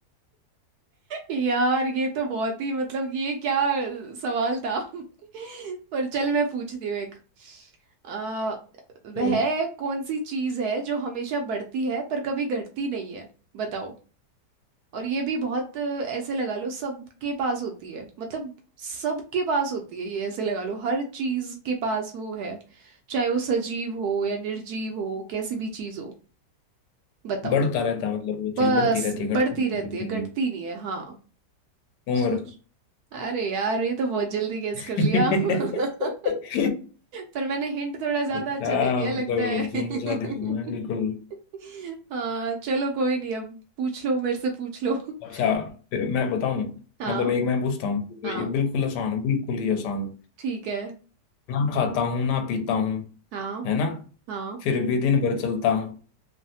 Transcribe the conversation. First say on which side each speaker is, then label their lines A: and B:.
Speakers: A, on the right; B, on the left.
A: यार ये तो बहुत ही मतलब ये क्या सवाल था <laughs> पर चल मैं पूछती हूँ एक आ,
B: तो
A: वह कौन सी चीज है जो हमेशा बढ़ती है पर कभी घटती नहीं है बताओ और ये भी बहुत अ, ऐसे लगा लो सबके पास होती है मतलब सबके पास होती है ये ऐसे लगा लो हर चीज के पास वो है चाहे वो सजीव हो या निर्जीव हो कैसी भी चीज हो बताओ
B: बढ़ता रहता है मतलब वो चीज
A: बस
B: बढ़ती रहती है
A: बढ़ती
B: घटती नहीं
A: रहती
B: बिल्कुल
A: है घटती
B: भी
A: नहीं है हाँ सोच
B: उम्र
A: अरे यार ये तो बहुत जल्दी गेस
B: <laughs>
A: कर लिया <laughs> पर मैंने हिंट थोड़ा ज्यादा
B: क्या
A: अच्छा दे दिया
B: मतलब
A: लगता है
B: जीनियस आदमी हूँ मैं
A: <laughs>
B: बिल्कुल
A: हाँ चलो कोई नहीं अब पूछ लो मेरे से पूछ लो <laughs>
B: अच्छा फिर मैं बताऊं
A: हाँ
B: मतलब एक मैं पूछता हूँ
A: हाँ
B: ये बिल्कुल आसान है बिल्कुल ही आसान
A: ठीक है
B: ना खाता हूँ ना पीता हूँ
A: हाँ
B: है ना
A: हाँ
B: फिर भी दिन भर चलता हूँ